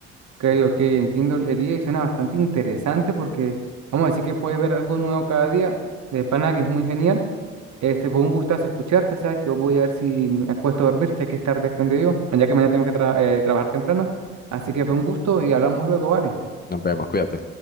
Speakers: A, on the right; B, on the left.
A: ok, ok, entiendo el día y suena bastante interesante porque vamos a decir que puedes ver algo nuevo cada día, de pana que es muy genial. Este fue un gustazo escucharte, ¿sabes? Que yo voy a ver si me acuesto a dormir, ya que es tarde aquí donde vivo, ya que mañana tengo que tra- eh, trabajar temprano. Así que fue un gusto y hablamos luego, ¿vale?
B: Nos vemos, cuídate.